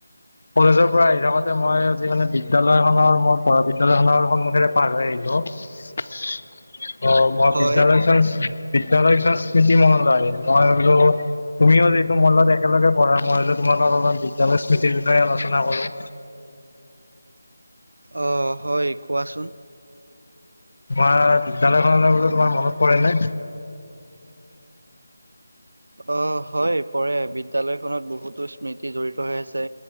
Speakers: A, on the left; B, on the right.
A: কলেজৰ পৰা আহি থাকোতে মই আজি মানে বিদ্যালয়খনৰ মই পঢ়া বিদ্যালয়খনৰ সন্মুখেৰে পাৰ হৈ আহিলো। অ, মই
B: হয়
A: বিদ্যালয় বিদ্যালয় স্মৃতি মহলায়। মই ভাবিলো তুমিও যিহেটো মোৰ লগত একেলগে পঢ়া মই হলে তোমালোক অলপমান বিদ্যালয় স্মৃতিৰ বিষয়ে আলোচনা কৰো।
B: অ, হয়। কোৱাচোন?
A: তোমাৰ বিদ্যালয়খনলৈ বোলো তোমাৰ মনত পৰে নে?
B: অ হয়, পৰে। বিদ্যালয়খনত বহুতো স্মৃতি জড়িত হৈ আছে।